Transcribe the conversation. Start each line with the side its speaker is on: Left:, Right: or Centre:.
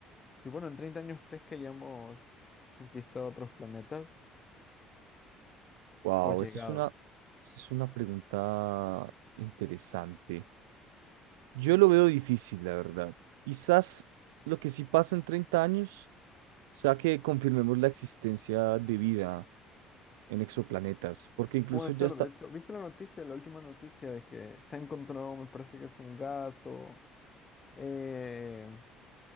Left: Y bueno, en 30 años, ¿crees que hayamos conquistado otros planetas
Right: Wow,
Left: o llegado?
Right: esa es una, esa es una pregunta interesante. Yo lo veo difícil, la verdad. Quizás lo que sí pasa en 30 años sea que confirmemos la existencia de vida en exoplanetas, porque incluso
Left: Puede ser,
Right: ya está,
Left: de hecho, ¿viste la noticia, la última noticia de que se ha encontrado, me parece que es un gas o, eh,